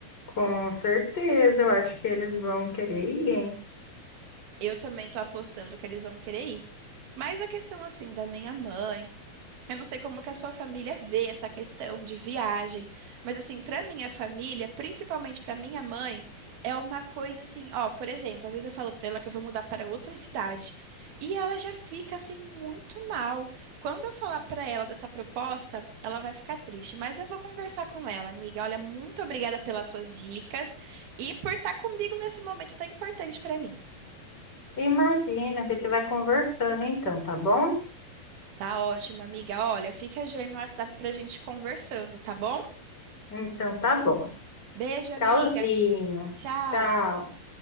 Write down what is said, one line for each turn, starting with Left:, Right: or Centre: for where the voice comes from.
Left: Com certeza, eu acho que eles vão querer ir, hein?
Right: Eu também tô apostando que eles vão querer ir. Mas a questão assim da minha mãe. Eu não sei como que a sua família vê essa questão de viagem, mas assim, para minha família, principalmente para minha mãe, é uma coisa assim, ó, por exemplo, às vezes eu falo para ela que eu vou mudar para outra cidade, e ela já fica assim muito mal. Quando eu falar para ela dessa proposta, ela vai ficar triste, mas eu vou conversar com ela, amiga. Olha, muito obrigada pelas suas dicas e por estar comigo nesse momento tão importante para mim.
Left: Imagina, a gente vai conversando então, tá bom?
Right: Tá ótimo, amiga. Olha, fica de olho no WhatsApp pra gente conversando, tá bom?
Left: Então tá bom.
Right: Beijo, amiga.
Left: Tchauzinho.
Right: Tchau!
Left: Tchau.